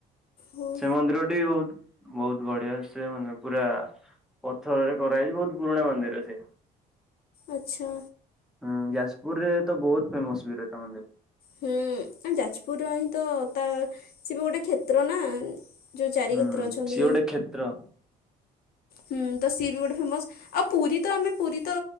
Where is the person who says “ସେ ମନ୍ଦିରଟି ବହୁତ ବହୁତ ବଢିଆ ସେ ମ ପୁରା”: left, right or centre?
Centre